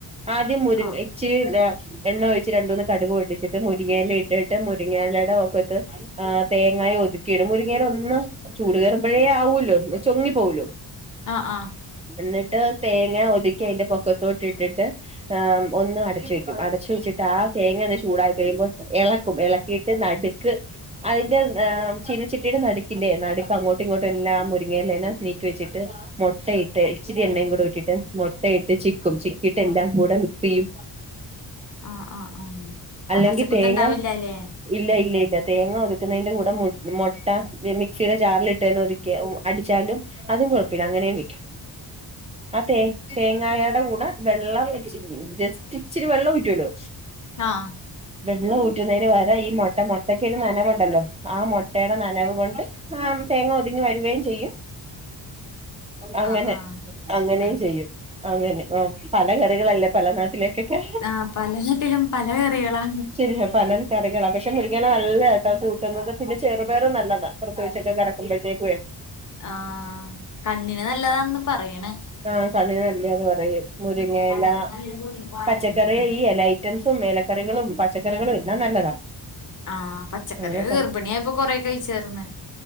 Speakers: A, on the right (about 15°); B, on the left (about 45°).
A: ആദ്യം മുരിങ്ങ
B: ആ
A: ഇച്ചി രി എണ്ണ ഒഴിച്ച് രണ്ടൂന്ന് കടുകും പൊട്ടിച്ചിട്ട് മുരിങ്ങയെല ഇട്ടിട്ട് മുരിങ്ങ എലേടെ വക്കത്ത് ആഹ് തേങ്ങായും ഒതുക്കി ഇടും മുരിങ്ങേല ഒന്ന് ചൂട് കേറുമ്പഴേ ആവൂല്ലോ ചൊങ്ങിപ്പോവൊ ല്ലോ
B: ആ ആ ആ
A: എന്നിട്ട് തേങ്ങ ഒതുക്കി അതിന്റെ പൊക്കത്തോട്ടിട്ടിണ്ട് ഏഹ് ഒന്ന് അടച്ചു വെക്കും അടച്ചു വെച്ചിട്ട് ആ തേങ്ങ ഒന്ന് ചൂടായി കഴിയുമ്പോൾ ഇളക്കും ഇള ‌ക്കിട്ട് നടുക്ക് അതിന്റെ ഏഹ് ചീനച്ച ട്ടിയുടെ നടുക്കില്ലേ നടുക്ക് അങ്ങോട്ടും ഇങ്ങോട്ടും എല്ലാം മുരുങ്ങേലേന്നെ നീക്കി വെച്ചിട്ട് മുട്ടയിട്ട് ഇച്ചിരി എണ്ണയും കൂടെ ഇട്ടിട്ട് മുട്ടയിട്ട് ചിക്കും ചിക്കിട്ട് എല്ലാം കൂടെ മിക്സ് ചെയ്യും
B: ആഹ് ആഹ് ആഹ്
A: അല്ലെങ്കിൽ
B: ആ പച്ചക്കുത്ത്
A: തേങ്ങ
B: ഉണ്ടാവൂല്ലല്ലേ
A: ഇല്ല ഇല്ല ഇല്ല തേങ്ങ ഒതുക്കുന്നതിന്റെ കൂടെ മു മൊട്ട മിക്സിയുടെ ജാറിലിട്ട് തന്നെ ഒതു ക്കെ അടിച്ചാലും അതും കുഴപ്പമില്ല അങ്ങനെയും വെക്കും ആ തേ തേങ്ങായാടെ കൂടെ വെള്ളം ജസ്റ്റ് ഇച്ചിരി വെള്ളം ഉറ്റുവല്ലോ
B: ആഹ്
A: വെള്ളം ഊറ്റുന്നതിന് പകരം ഈ മുട്ട മുട്ടക്കൊരു നനവുണ്ടല്ലോ ആ മുട്ടയുടെ നനവ് കൊണ്ട് ആഹ് തേങ്ങ ഒതുങ്ങി വരുകയും ചെയ്യും അങ്ങനെ
B: ആ ആ
A: അങ്ങനെയും
B: ആ
A: ചെയ്യും അങ്ങനെ ആഹ് പല കറികളല്ലേ പല നാട്ടിലേക്കൊക്കെ
B: ആഹ് പല നാട്ടിലും പല കറികളാ
A: ശരിയാ പല നാ കറികള പക്ഷെ മുരിങ്ങല നല്ലതാട്ട കൂട്ടുന്നത് പിന്നെ ചെറുപയറും നല്ലതാണ് പ്രസവിച്ചൊക്കെ കടക്കുമ്പോഴത്തേക്ക്
B: ആഹ് കണ്ണിന് നല്ലതാന്ന് പറയണ്
A: ആഹ് കണ്ണിന് നല്ലേയാന്ന് പറയും മുരിങ്ങേല
B: കണ്ണിന് നല്ലോണം പോത്തിന് പാലിന്
A: പച്ചക്കറിയിൽ ഈ ഇല ഐറ്റംസും എലക്കറികളും പച്ചക്കറികളും എല്ലാം നല്ലതാ
B: ആഹ് പച്ചക്കറികൾ
A: അങ്ങനെ
B: ഗർഭിണിയായിപ്പൊ കൊറെ കഴിച്ചാർന്ന്